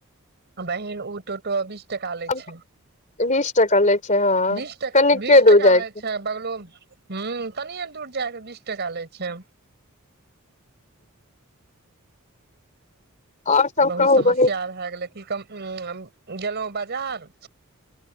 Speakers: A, on the right; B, on the left.
A: बहिन उ टोटो बीस टका लैत
B: अब
A: छै
B: बीस टका लै छै हँ
A: बीस
B: कनिके
A: बीस
B: दूर
A: टका
B: जायके
A: ले छै बगलोमे ह तनि दूर जाय के बीस टका लै छै
B: आओर सब
A: बहुत
B: कहू
A: समस्या
B: बहिन
A: भए गेलै कि कम ह गेलहुं बाजार